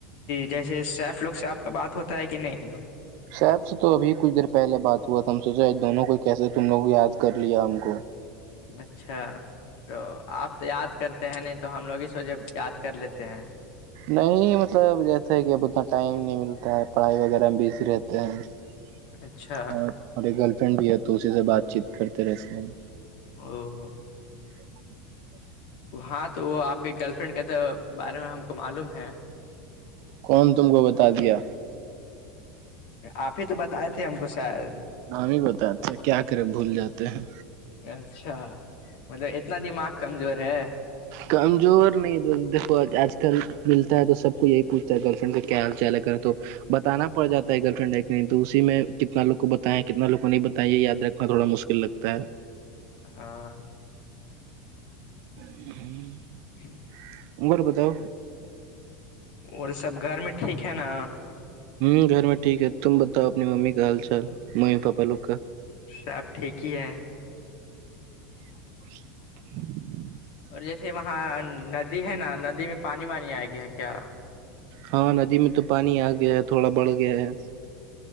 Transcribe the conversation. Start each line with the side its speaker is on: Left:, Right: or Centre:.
Left: جیسے سیف لک سے آپ کا بات ہوتا ہے کہ نہیں
Right: صاحب سے تو ابھی کچھ دیر پہلے بات ہوا تھا ہم سوچے دونوں کو کیسے تم لوگ یاد کر لیا ہم کو
Left: اچھا تو آپ تو یاد کرتے ہیں نہیں تو ہم لوگ اس وج یاد کر لیتے ہیں
Right: نہیں مطلب جیسا ہے کہ اب اتنا ٹائم نہیں ملتا ہے پڑھائی وغیرہ میں بزی رہتی اور
Left: اچھا
Right: ہمے گرل فرینڈ بھی ہے تو اسی سے بات چیت کرتے رہتے ہیں
Left: او <unintelligible>
Right: ا <inaudible>
Left: ہاں تو وہ آپ کے گرل فرینڈ کا تو بارے میں ہم کو معلوم ہے
Right: کون تم کو بتا دیا
Left: آپ ہی تو بتائے تھے ہم کو شاید
Right: ن ہی بتے کیا کریں بھول جاتے ہیں
Left: اچھا مطلب اتنا دماغ کمزور ہے
Right: کمزور نہیں دیکھو آج کل ملتا ہے تو سب کو یہی پوچھتا ہے گرل فرینڈ کا کیا حال چال کریں تو بتانا پڑ جاتا ہے گرل فرینڈ ہے کہ نہیں تو اسی میں کتنا لو کو بتایا کتنا لو کو نہیں بتایا یہ یاد رکھنا تھوڑا مشکل لگتا ہے
Left: ہاں
Right: ہ <inaudible>
Left: ہ <inaudible>
Right: ا گر بتاؤ
Left: اور سب گھر میں ٹھیک ہے نا
Right: ہوں گھر میں ٹھیک ہے تم بتاؤ اپنی ممی کا حال چال ممی پاپا لوگ کا
Left: سب ٹھیک ہی ہے
Right: <inaudible>
Left: اور جیسے وہاں ندی ہے نا ندی میں پانی وانی آئے گی ہے کیا
Right: ہاں ندی میں تو پانی آ گیا ہے تھوڑا بڑھ گیا ہے